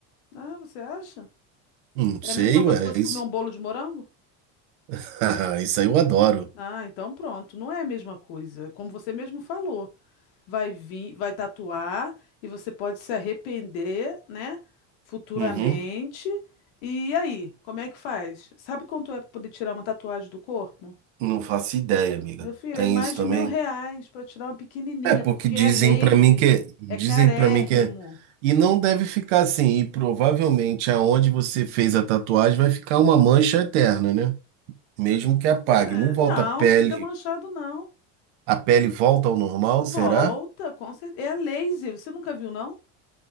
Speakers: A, on the left; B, on the right.
A: Ah, você acha?
B: Não
A: É
B: sei,
A: a mesma coisa
B: ué,
A: que você
B: é isso.
A: comer um bolo de morango?
B: <laughs> Isso aí eu adoro.
A: Ah, então pronto, não é a mesma coisa. Como você mesmo falou, vai vir, vai tatuar e você pode se arrepender, né, futuramente.
B: Uhum.
A: E aí, como é que faz? Sabe quanto é para poder tirar uma tatuagem do corpo?
B: Não faço ideia, amiga.
A: Meu filho,
B: Tem
A: é mais
B: isso
A: de
B: também?
A: mil reais para tirar uma pequenininha,
B: É, porque
A: porque
B: dizem
A: é laser,
B: pra mim que é, dizem
A: é carérrimo.
B: para mim que é, e não deve ficar assim, e provavelmente aonde você fez a tatuagem vai ficar uma mancha eterna, né? Mesmo que apague,
A: É,
B: não volta
A: não,
B: a pele,
A: não fica manchado, não.
B: a pele volta ao normal,
A: Volta,
B: será?
A: com certeza. É a laser, você nunca viu, não?